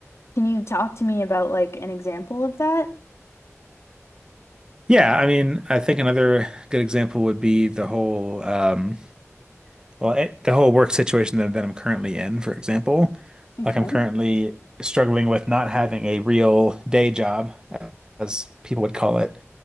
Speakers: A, on the left; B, on the right.
A: can you talk to me about like an example of that?
B: Yeah, I mean, I think another good example would be the whole, um, well, it, the whole work situation that, that I'm currently in, for example.
A: Okay.
B: Like I'm currently struggling with not having a real day job, as people would call it,